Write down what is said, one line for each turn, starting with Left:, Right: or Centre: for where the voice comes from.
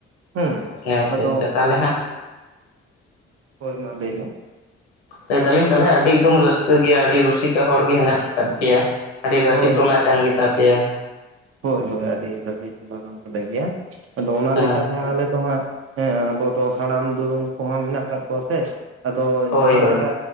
Right: ᱦᱮᱸ
Left: ᱟᱪᱪᱷᱟ
Right: ᱟᱫᱚ
Left: ᱟᱪᱪᱷᱟ ᱛᱟᱦᱚᱞᱮ ᱦᱟᱸᱜ
Right: ᱦᱳᱭ ᱢᱟ ᱞᱟᱹᱭ ᱵᱤᱱ
Left: ᱞᱟᱹᱭ ᱫᱟᱞᱤᱧ ᱛᱟᱦᱚᱞᱮ ᱟᱹᱰᱤ ᱮᱠᱫᱚᱢ ᱨᱟᱹᱥᱠᱟᱹ ᱜᱮᱭᱟ ᱟᱹᱰᱤ ᱨᱩᱥᱤᱠᱟ ᱦᱚᱲ ᱜᱮ ᱦᱮᱱᱟᱜ ᱟᱠᱟᱫ ᱯᱮᱭᱟ ᱟᱹᱰᱤ ᱨᱟᱥᱤ
Right: ᱦᱳᱭ
Left: ᱴᱚᱞᱟ ᱠᱟᱱ ᱜᱮ ᱛᱟᱯᱮᱭᱟ
Right: ᱦᱳᱭ ᱦᱳᱭ ᱟᱹᱰᱤ ᱨᱟᱥᱤ ᱴᱚᱞᱟ ᱠᱟᱱ ᱛᱟᱞᱮ ᱜᱮᱭᱟ ᱟᱫᱚ ᱚᱱᱟ
Left: ᱟᱪᱪᱷᱟ
Right: ᱞᱮᱠᱟ ᱛᱮ ᱦᱟᱸᱜ ᱟᱞᱮ ᱫᱚ ᱦᱟᱸᱜ ᱦᱮᱸ ᱟᱵᱚ ᱫᱚ ᱦᱟᱲᱟᱢ ᱫᱩᱲᱩᱢ ᱠᱚᱦᱚᱸ ᱢᱮᱱᱟᱜ ᱟᱠᱟᱫ ᱠᱚᱣᱟ ᱥᱮ ᱟᱫᱚ
Left: ᱦᱳᱭ
Right: ᱡᱟᱦᱟᱸ
Left: ᱦᱳᱭ
Right: ᱞᱮᱠᱟ